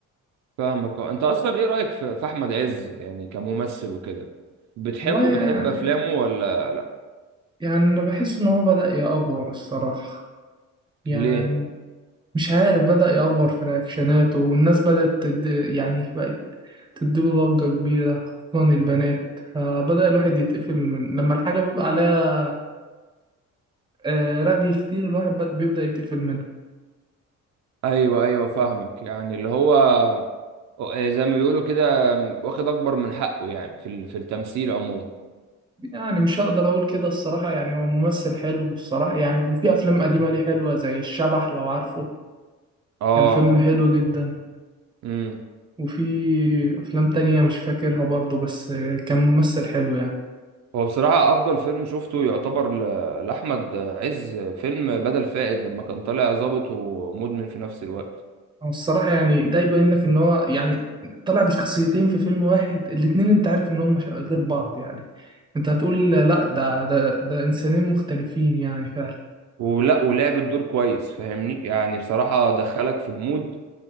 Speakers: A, on the right; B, on the right.
A: فاهمك اه انت اصلا ايه رايك في في احمد عز يعني كممثل وكده بتحبه
B: والله
A: بتحب
B: يعني
A: افلامه ولا لا
B: يعني أنا بحس إن هو بدأ يأفور الصراحة يعني
A: ليه
B: مش عارف بدأ يأفور في رياكشناته والناس بدأت تد... يعني بقت تديله ضجة كبيرة خصوصا البنات فبدأ الواحد يتقفل من لما الحاجة بيبقى عليها آه، رغي كتير الواحد بد- بيبدأ يتقفل منها
A: ايوه ايوه فاهمك يعني اللي هو آه، آه، زي ما بيقولوا كده واخد اكبر من حقه يعني في ال- في التمثيل عموما
B: يعني مش هقدر أقول كده الصراحة يعني هو ممثل حلو الصراحة يعني وفي أفلام قديمة ليه حلوة زي الشبح لو عارفه
A: اه
B: كان فيلم حلو جدا
A: امم
B: وفي أفلام تانية مش فاكرها برضه بس آه، كان ممثل حلو يعني
A: هو بصراحه افضل فيلم شفته يعتبر ل- لاحمد عز فيلم بدل فائد لما كان طالع ظابط ومدمن في نفس الوقت
B: هو الصراحة يعني ده يبين لك إن هو يعني طلع بشخصيتين في فيلم واحد الاتنين أنت عارف إن هم ش- غير بعض يعني أنت هتقول لأ ده ده ده إنسانين مختلفين يعني فعلا
A: ولا ولعب الدور كويس فاهمني يعني بصراحه دخلك في المود